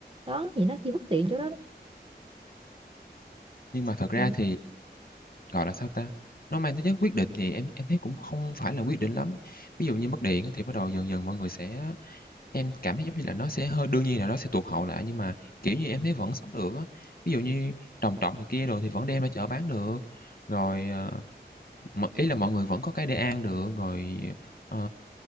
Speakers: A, on the right (about 30°); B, on the left (about 55°).
A: đó thì nó chỉ bất tiện chỗ đó
B: Nhưng mà thật ra
A: thì
B: thì, gọi là, sao ta, nó mang tính chất quyết định thì em em thấy cũng không phải là quyết định lắm. Ví dụ như mất điện á thì bắt đầu dần dần mọi người sẽ em cảm thấy giống như là nó sẽ hơi đương nhiên là nó sẽ tụt hậu lại, nhưng mà, kiểu như, em thấy vẫn sống được á. Ví dụ như trồng trọt này kia rồi thì vẫn đem ra chợ bán được, rồi, ờ M ý là mọi người vẫn có cái để ăn được, rồi, ờ,